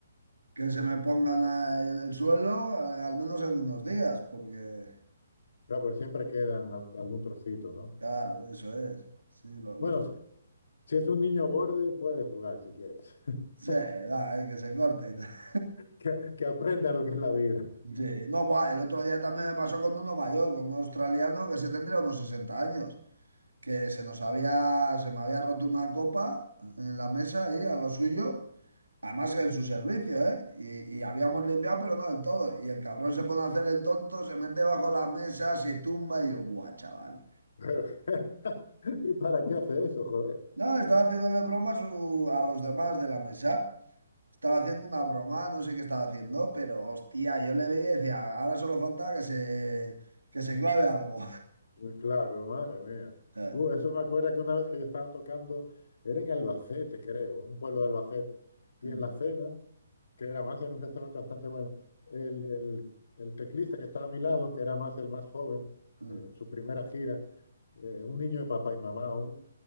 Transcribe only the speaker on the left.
Claro, pero siempre quedan al- algún trocito, ¿no?
Bueno, si si es un niño borde, puede jugar si quieres. <laughs>
Que, que aprenda lo que es la vida.
Pero, <laughs> ¿y para qué hace eso, joder?
Eh, Claro, madre mía.
Uh, eso me acuerda que una vez que yo estaba tocando, era en Albacete, creo, un pueblo de Albacete, y
en la cena, que era más en un restaurante bastante bueno, el, el- el teclista que estaba a mi lado, que era más el más joven,
eh, su primera gira, eh, un niño de papá y mamá aún,